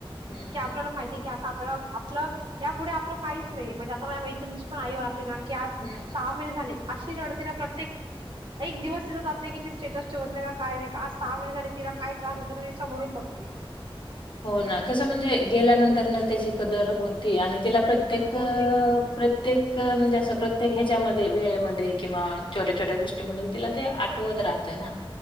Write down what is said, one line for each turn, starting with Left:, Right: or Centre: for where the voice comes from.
Left: हं,
Right: कि आपल्याला माहितीय की आपल्याला आपलं या पुुढे आपलं काहीच नाही म्हणजे आता माझ्या मैत्रिणीची पण आई वारली ना की आज
Left: हं.
Right: दहा महिने झाले अशी रडती ना प्रत्येक एक दिवस तिथं जात नाही कि ती स्टेटस ठेवत नाही काय नाही का आज सहा महिने झाले तिला काय त्रास होत ना मी समोरून बघते.
Left: हो ना कसं म्हणजे गेल्यानंतर ना त्याची कदर होती आणि तिला प्रत्येक,
Right: होते होते.
Left: प्रत्येक म्हणजे असं प्रत्येक ह्याच्यामध्ये वेळेमध्ये किंवा छोट्या छोट्या गोष्टीमधून तिला ते आठवत राहतं ना.